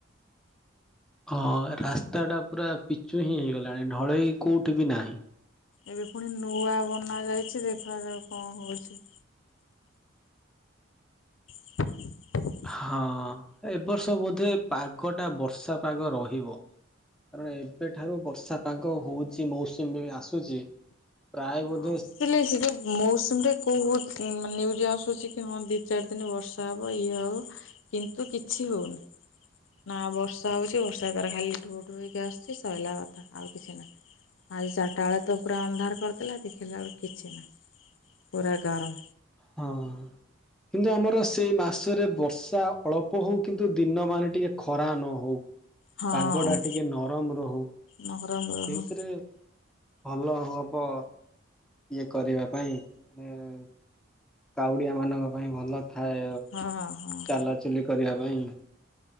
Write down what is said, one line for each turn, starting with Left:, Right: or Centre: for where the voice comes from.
Centre: ହଁ ରାସ୍ତାଟା ପୁରା ପିଚୁ ହିଁ ହେଇଗଲାଣି ଢଳେଇ କେଉଁଠି ବି ନାହିଁ।
Left: ଏବେ ପୁଣି ନୂଆ ବନା ଯାଇଛି ଦେଖାଯାଉ କଣ ହଉଛି? <unintelligible>
Centre: ହଁ ଏବ ବର୍ଷ ବୋଧେ ପାଗଟା ବର୍ଷା ପାଗ ରହିବ। କାରଣ ଏବେଠାରୁ ବର୍ଷା ପାଗ ହଉଛି ମୌସୁମୀ ବି ଆସୁଛି ପ୍ରାୟ ବ
Left: ଆସିଲେ ସେ ଯୋଉ ମୌସୁମୀରେ କୋଉ ମାନେ ନିଉ ଆସୁଛି କି ହଁ ଦି ଚାରି ଦିନ ବର୍ଷା ହବ ଇଏ ହବ କିନ୍ତୁ କିଛି ହଉନି ନା ବର୍ଷା ହଉଛି ବର୍ଷା ଦାରା ଖାଲି ଢୋ ଢୋ ହେଇକି ଆସୁଛି। ଶୋଇଲାା କଥା ଆଉ କିଛି ନାହିଁ ଆଜି ଚାରିଟା ବେଳେ ତ ପୁରା ଅନ୍ଧାର କରିଦଥିଲା କି ଖିଲାବେଳୁ କିଛି ନା ପୁରା ଗରମ
Centre: ହଁ। କିନ୍ତୁ ଆମର ସେଇ ମାସରେ ବର୍ଷା ଅଳ୍ପ ହେଉ କିନ୍ତୁ ଦିନମାନେ ଟିକେ ଖରା ନ ହଉ।
Left: ହଁ।
Centre: ପାଗ ଟା ଟିକେ ନରମ ରହୁ।
Left: ନରମ
Centre: ସେଇଥିରେ
Left: ରହୁ
Centre: ଭଲ ହେବ ଇଏ କରିବା ପାଇଁ ମାନେ କାଉଡିଆ ମାନଙ୍କ ପାଇଁ ଭଲ ଥାଏ
Left: ହଁ ହଁ।
Centre: ଚାଲାଚୁଲି କରିବା ପାଇଁ